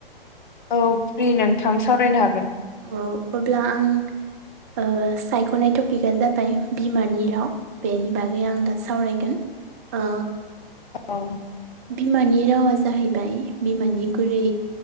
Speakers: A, on the left (about 50°); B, on the right (about 15°).
A: औ फ्रि नोंथां सावरायनो हागोन।
B: औ अब्ला आं ओ सायख'नाय टपिकआ जाबाय बिमानि राव। बेनि बागै आं दा सावरायगोन ओ
A: औ।
B: बिमानि रावा जाहैबाय बिमानि गुरै